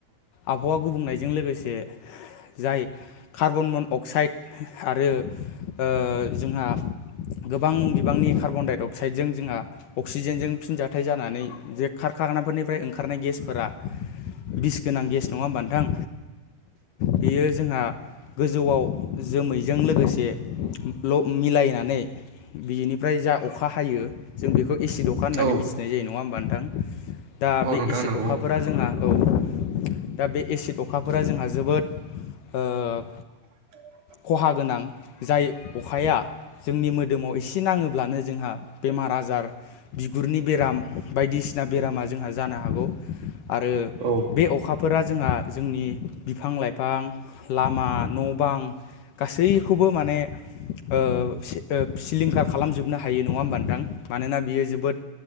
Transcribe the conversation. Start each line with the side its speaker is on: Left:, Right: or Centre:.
Left: आबहावा गुबुंनायजों लोगोसे जाय कार्बन मन अक्साइड आरो अ जोंहा गोबां बिबांनि कार्बन डाइ अक्साइडजों जोंहा अक्सिजेनजों फिनजथायाइ जानानै जे खारखार अखाफोरनिफ्राय ओंखारनाय गेसफोरा बिस गोनां गेस नङा होमबथां बियो जोंहा गोज जौआव जोमैजों लोगोसे ल मिलायनानै बिनिफ्राय जा अखा हायो जों बेखौ बेखौ एसिड अखा होननानै
Right: औ
Left: मिथिनाय जायो नङा होमबा नोंथां दा
Right: औ
Left: बे
Right: नोंथां
Left: एसिड
Right: नंगौ
Left: अखाफोरा जोंहा औ दा बे एसिड अखाफोरा जोंहा जोबोद ओ
Right: <unintelligible>
Left: खहा गोनां जाय अखाया जोंनि मोदोमाव एसे नाङोब्लानो जोंहा बेमार आजार बिगुरनि बेराम बायदिसिना बेरामा जोंहा जानो हागौ आरो
Right: औ
Left: बे अखाफोरा जोंहा जोंनि बिफां लाइफां लामा न' बां गासैखौबो माने ओ सिलिंखार खालामजोबनो हायो नङा होमबा नोंथां? मानोना बियो जोबोद